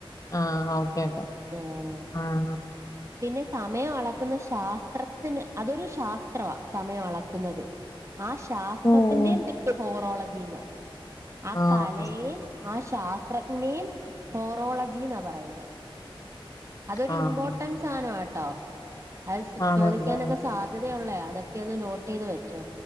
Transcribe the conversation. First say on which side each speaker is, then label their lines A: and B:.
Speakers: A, on the left; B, on the right.
A: ആഹ് ഓക്കെ ഓക്കെ
B: ആഹ്
A: ആഹ്
B: പിന്നെ സമയം അളക്ക്ന്ന ശാസ്ത്രത്തിന് അതൊരു ശാസ്ത്രവാ സമയം അളക്ക്ന്നത്. ആ ശാസ്ത്രത്തിന്റേം
A: ഓഹ്
B: പേ <inaudible> ഹോറോളജീന്നാ ആ
A: ആഹ്
B: കലയേം. ആ ശാസ്ത്രജ്ഞനേയും ഹോറോളജീന്നാ പറയുന്നേ. അതൊരു
A: ആഹ്
B: ഇമ്പോട്ടൻ സാനവാ ട്ടോ അത്
A: ആണല്ലേ
B: ചോദിക്കാനൊക്കെ സാധ് ധ്യതയൊള്ളയാ അതൊക്കെ ഒന്ന് നോട്ട് എയ്ത് വെച്ചോ